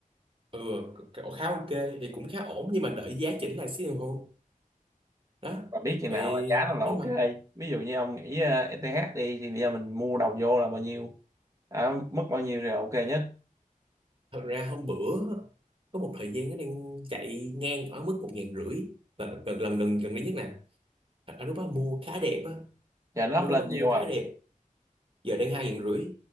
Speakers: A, on the right; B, on the right.
A: ừ cái- khá ok thì cũng khá ổn nhưng mà đợi giá chỉnh lại xíu rồi hôn đó
B: mà biết chừng
A: thì
B: nào là giá nó là
A: nếu
B: ok
A: mà
B: ví dụ như ông nghĩ ờ, ETH đi thì bây giờ mình mua đầu vô là bao nhiêu à, mất bao nhiêu thì là ok nhất
A: thật ra hôm bữa có một thời gian nó đang chạy ngang ở mức một ngàn rưỡi lần gần gần gần gần đây nhất nè Thật lúc đó mua khá đẹp á
B: giờ nó
A: mua
B: up
A: lúc
B: lên
A: đó mua
B: nhiều
A: khá
B: rồi
A: đẹp giờ đang hai ngàn rưỡi